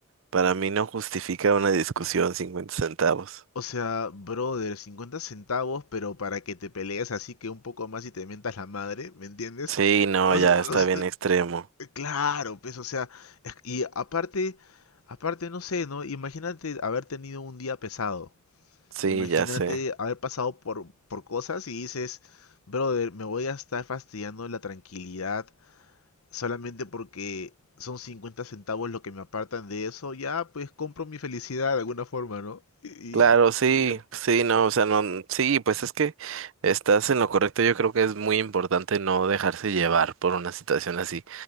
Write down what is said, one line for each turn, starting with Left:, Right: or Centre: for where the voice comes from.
Right: para mí no justifica una discusión 50 centavos.
Left: O sea, brother, 50 centavos, pero para que te pelees así que un poco más y te mientas la madre, ¿me entiendes?
Right: Sí, no,
Left: O s-
Right: ya está
Left: o s-
Right: bien extremo.
Left: claro, pues, o sea, es- y aparte, aparte, no sé, ¿no? Imagínate haber tenido un día pesado.
Right: Sí,
Left: Imagínate
Right: ya sé.
Left: haber pasado por, por cosas y dices, brother, me voy a estar fastidiando la tranquilidad solamente porque son 50 centavos lo que me apartan de eso. Ya, pues compro mi felicidad de alguna forma, ¿no? Y, y-
Right: Claro, sí,
Left: y ya.
Right: sí, no, o sea, no, sí, pues es que estás en lo correcto. Yo creo que es muy importante no dejarse llevar por una situación así,